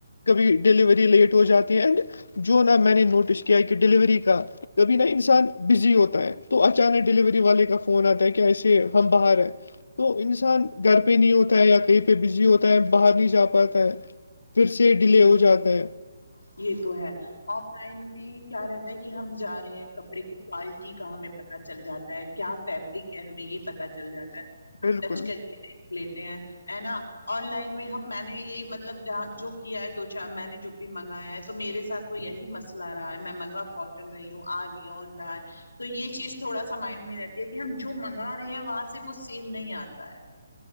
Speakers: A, on the left; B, on the left.
A: کبھی ڈیلیوری لیٹ ہو جاتی ہے اینڈ جو نہ میں نے نوٹس کیا کہ ڈیلیوری کا کبھی نہا انسان بزی ہوتا ہے تو اچانک ڈیلیوری والے کا فون آتا ہے کہ ایسے ہم باہر ہیں تو انسان گھر پہ نہیں ہوتا ہے یا کہیں پہ بزی ہوتا ہے باہر نہیں جا پاتا ہے پھر سے ڈیلے
B: جی
A: ہو جاتا
B: جی
A: ہے
B: یہ تو ہے اور لن میں کیا رہتا ہے کہ ہم جا رہے ہیں کپڑے کی کوالٹی کا ہمیں پ پ چل جاتا ہے کیا فیبرک ہے ہمیں یہ پتا چل جاتا ہے ہم
A: بالکل
B: ٹچ کر کے د لیتے ہیں ہے نا آن لائن میں ہم میں نے یہ مطلب ج جو کیا ہے دو چار میں نے جو بھی منگایا ہے تو میرے ساتھ تو یہی مسئلہ رہا ہے میں منگا کون ٹ رہیوں آ رہ رہا تو یہ چیز تھوڑا سا مائنڈ میں رہتی ہے کہ ہم جو منگا رہے ہیں وہاں سے وہ سیم نہیں آتا ہے